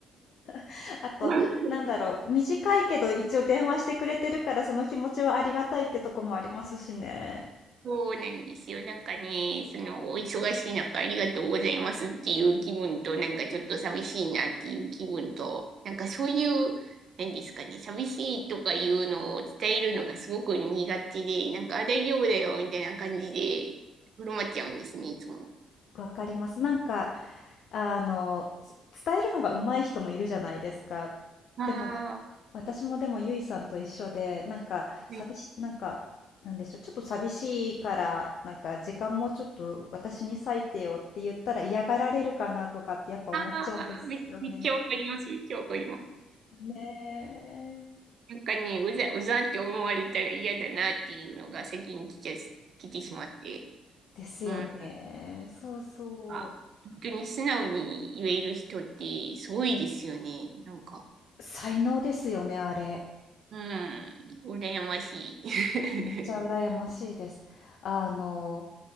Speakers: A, on the left; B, on the right.
A: <laughs> あと、
B: <laughs>
A: なんだろう、短いけど一応電話してくれてるから、その気持ちはありがたいってとこもありますしね。
B: そうなんですよ。なんかね、その、お忙しい中ありがとうございますっていう気分と、なんかちょっと寂しいなっていう気分と、なんかそういう、何ですかね、寂しいとかいうのを伝えるのがすごく苦手で、なんかあ大丈夫だよみたいな感じで、振る舞っちゃうんですね、いつも。
A: わかります。なんか、あの、つ伝えるのが上手い人もいるじゃないですか。
B: あ
A: でも私もでもゆいさんと一緒で、なんか、寂し、
B: ー、ね、
A: なんか、なんでしょう、ちょっと寂しいから、なんか、時間もちょっと私に割いてよって言ったら嫌がられるかなとかってやっぱ思っちゃうんですよね。
B: あー、め、めっちゃわかります、めっちゃわかります。
A: ねえ。
B: なんかね、うざ、うざって思われたら嫌だなっていうのが先に来ちゃ、来てしまって。
A: ですよね。
B: うん
A: そうそ
B: か、本当に素直に言える人ってすごいですよね。なんか、
A: う。才能ですよね、あれ。
B: うん、羨ましい。
A: めっちゃ羨ましいです。
B: <laughs>
A: あの、